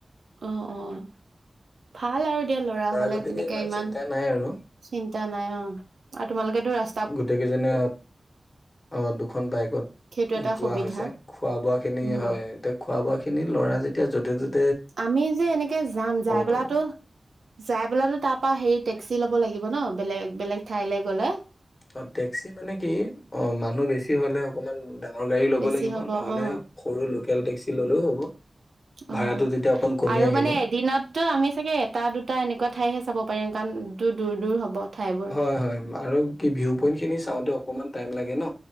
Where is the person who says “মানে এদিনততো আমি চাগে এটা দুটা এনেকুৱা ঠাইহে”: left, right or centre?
Right